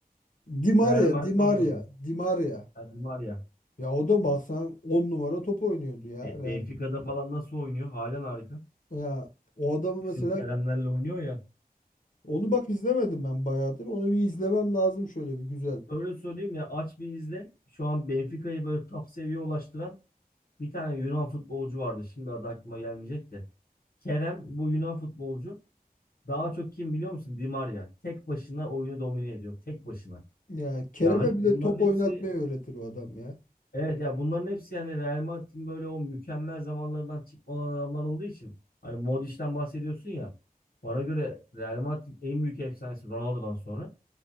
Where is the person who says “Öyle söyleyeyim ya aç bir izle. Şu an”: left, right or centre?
Left